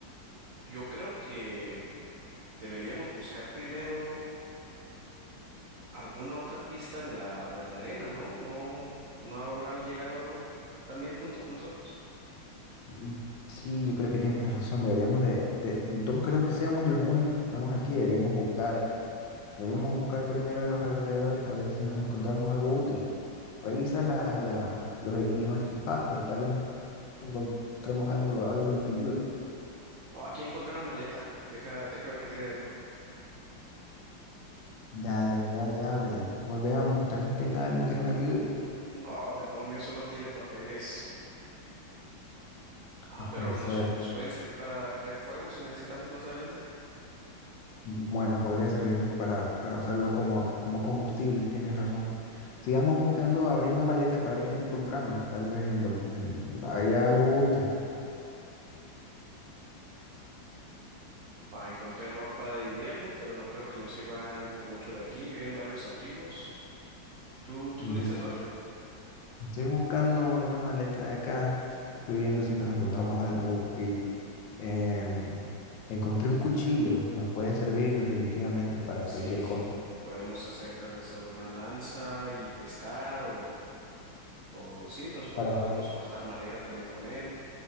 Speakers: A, on the right; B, on the left.
A: yo creo que deberíamos buscar primero alguna otra pista en la, en la arena, ¿no? No, no habrá llegado algo también junto con nosotros.
B: Mm, Sí, yo creo que tienes la razón. Deberíamos de, de, no creo que seamos los únicos que estamos aquí. Deberíamos buscar, deberíamos buscar primero a los alrededores a ver si nos encontramos algo útil. Revisa las las- los, e- los equipajes, tal vez encontremos algo, algo que nos ayude.
A: Oh, aquí encontré una maleta. Deja, deja ver qué tiene dentro.
B: Dale, dale, ábrela. Ve- Veamos, tal vez tenga algo que nos ayude.
A: No, demonio, solo tiene papeles. Ah,
B: No puede
A: pero
B: ser.
A: nos, nos pueden servir para crear fuego si necesitamos más adelante.
B: Bueno, podría servirnos para, para usarlo como, como combustible, tienes razón. Sigamos buscando, abriendo maletas a ver qué nos encontramos. Tal vez encon- en- haya algo útil.
A: Ah, encontré ropa de invierno, pero no creo que nos sirvan pues mucho de aquí. Vienen varios abrigos. ¿Tú, tú
B: Yo
A: tuviste suerte?
B: estoy buscando en una maleta de acá, estoy viendo si nos encontramos algo útil. Em, encontré un cuchillo, nos puede servir definitivamente para
A: Sí,
B: cualquier
A: sí.
B: cosa.
A: Podemos hacer tal vez alguna lanza y pescar o, o sí, nos puede-
B: Para,
A: podemos cortar madera también con él.